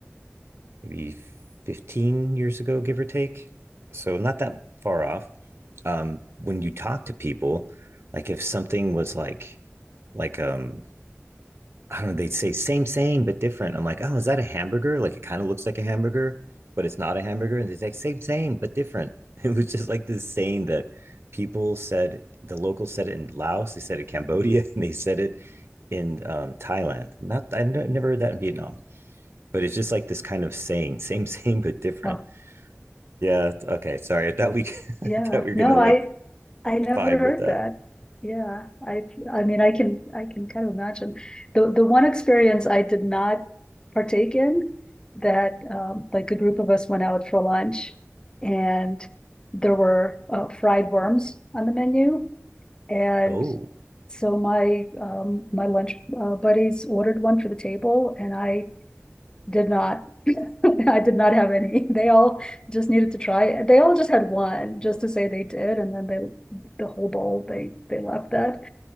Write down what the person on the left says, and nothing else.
oh
Yeah,
no,
I
I never
heard
that. Yeah, I I mean I can I can kind of imagine. The the one experience I did not partake in that um, like a group of us went out for lunch and there were uh, fried worms on the menu and
so my um, my lunch uh, buddies ordered one for the table and I did not. <laughs> I did not have any. They all just needed to try. They all just had one just to say they did, and then they the whole bowl they they left that.